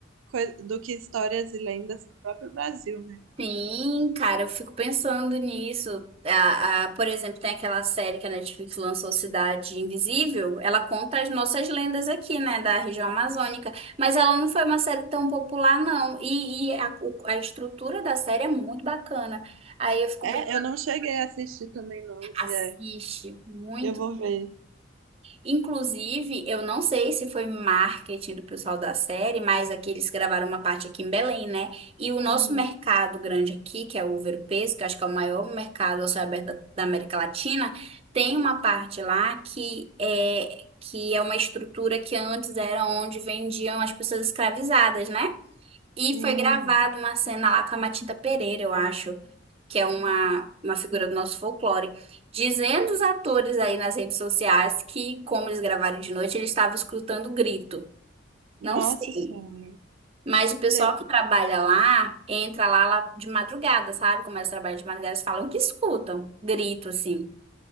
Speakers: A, on the right; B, on the right.
A: coi- do que histórias e lendas do próprio Brasil, né?
B: Sim, cara, eu fico pensando nisso. A, a- por exemplo, tem aquela série que a Netflix lançou, Cidade Invisível. Ela conta as nossas lendas aqui, né, da região amazônica. Mas ela não foi uma série tão popular, não. E, e a, o- a estrutura da série é muito bacana. Aí eu fico
A: É,
B: pensando,
A: eu não cheguei a assistir também, não.
B: assiste,
A: É,
B: muito.
A: eu vou ver.
B: Inclusive, eu não sei se foi marketing do pessoal da série, mas aqui eles gravaram uma parte aqui em Belém, né? E o nosso
A: Hum,
B: mercado grande aqui, que é o Ouro-Peso, que eu acho que é o maior mercado ao céu aberto da da América Latina, tem uma parte lá que é que é uma estrutura que antes era onde vendiam as pessoas escravizadas, né? E
A: hum.
B: foi gravada uma cena lá com a Matilda Pereira, eu acho, que é uma, uma figura do nosso folclore, dizendo os atores aí nas redes sociais que, como eles gravaram de noite, eles estavam escutando grito.
A: Nossa
B: Não sei.
A: Senhora.
B: Mas o pessoal
A: Cê-
B: que trabalha lá entra lá, lá de madrugada, sabe? Começa a trabalhar de madrugada, eles falam que escutam grito, assim.